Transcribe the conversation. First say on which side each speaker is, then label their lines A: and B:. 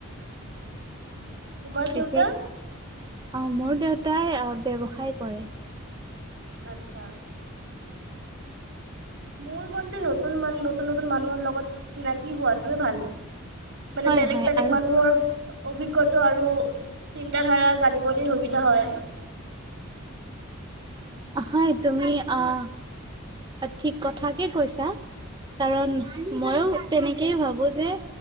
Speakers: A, on the right; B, on the right.
A: তোমাৰ
B: পিছে
A: দেউতা
B: অ মোৰ দেউতাই আ ব্যৱসায় কৰে
A: আচ্ছা মোৰ মতে নতুন মান নতুন নতুন মানুহৰ লগত চিনাকি হোৱাটোৱে ভাল মানে
B: হয়
A: বেলেগ
B: হয়
A: বেলেগ
B: আৰু
A: মানুহৰ অভিজ্ঞতা আৰু চিন্ত ধাৰা জানিবলে সুবিধা হয়
B: হয় তুমি অহ ঠিক কথাকে কৈছা কাৰণ ময়ো তেনেকেই ভাবো যে